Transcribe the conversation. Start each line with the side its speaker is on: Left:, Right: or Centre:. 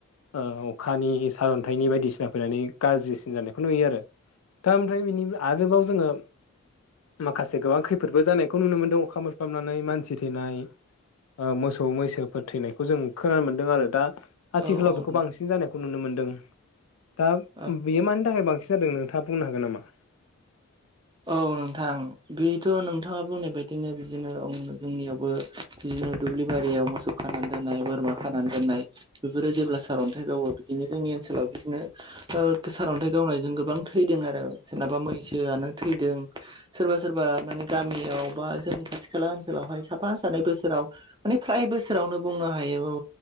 Left: अखानि सारन्थाइनि बायदिसिना फैनानै गाज्रिसिन जानायखौ नुयो आरो। दा ओमफ्राय बिनि आरोबाव जोङो माखासे गोबां खैफोदबो जानायखौ नुनो मोन्दों अखा मोफालानानै मानसि मानसि थैनाय मोसौ मैसोफोर थैनायखौ जों खोनानो मोनदों आरो दा आथिखालाव
Right: औ औ
Left: बेखौ बांसिन जानायखौ नुनो मोनदों दा
Right: औ
Left: बेयो मानि थाखाय बांसिन जादों नों थाबा बुंनो हागोन नामा?
Right: औ नोंथां बेथ' नोंथाङा बुंनाय बायदिनो बिदिनो जोंनियावबो बिदिनो दुब्लि बारियाव मोसौ खानानै दोननाय बोरमा खानानै दोननाय बेफोरो जेब्ला सारअन्थाइ गावो बिदिनो जोंनि ओनसोलाव बिदिनो सारअन्थाइ गावनायजों गोबां थैदों आरो सोरनाबा मैसोआनो थैदों। सोरबा सोरबा माने गामियाव बा जोंनि खाथि खाला ओनसोलावहाय साफा सानै बोसोराव माने फ्राय बोसोरावनो बुंनो हायो